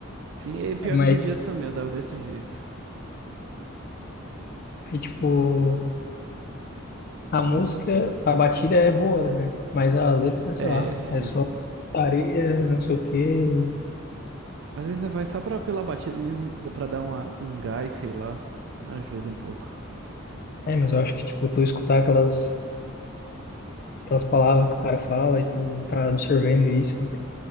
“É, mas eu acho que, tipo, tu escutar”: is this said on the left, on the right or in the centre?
Left